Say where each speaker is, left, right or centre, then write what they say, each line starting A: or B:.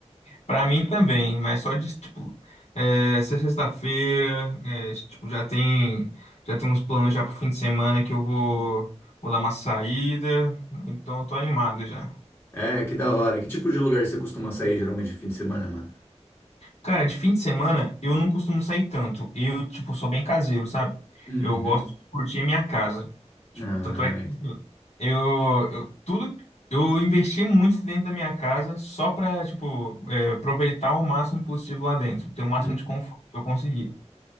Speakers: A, on the left (about 65°); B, on the left (about 20°).
A: Pra mim também, mas só de, tipo, é, essa sexta-feira, é, tipo, já tem, já tem uns planos já pro fim de semana que eu vou, vou dar uma saída, então eu tô animado já.
B: É, que da hora. Que tipo de lugar você costuma sair geralmente de fim de semana, mano?
A: Cara, de fim de semana eu não costumo sair tanto. Eu, tipo, sou bem caseiro, sabe?
B: Uhum.
A: Eu gosto de curtir a minha casa. Tipo,
B: Ah,
A: Tanto é que
B: ent-
A: eu, eu tudo eu investi muito dentro da minha casa só pra, tipo, é, aproveitar o máximo possível lá dentro, ter o máximo
B: Hum,
A: de conforto que eu conseguir.